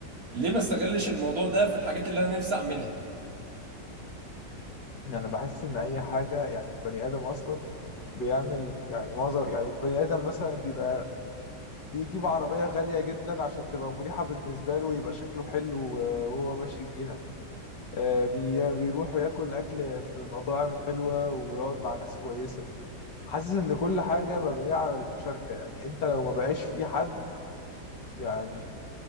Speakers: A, on the right; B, on the left.
A: ليه ما استغلش الموضوع ده في الحاجات اللي انا نفسي اعملها
B: يعني انا بحس ان اي حاجه يعني البني ادم اصلا بيعمل يعني معظم يعني البني ادم مثلا بيبقى بيجيب عربيه غاليه جدا عشان تبقى مريحه بالنسبه له ويبقى شكله حلو و- وهو ماشي بيها آه، بي- بيروح ياكل اكل في مطاعم حلوه ويقعد مع ناس كويسه حاسس ان كل حاجه مبنيه على المشاركه يعني انت لو ما بقاش في حد يعني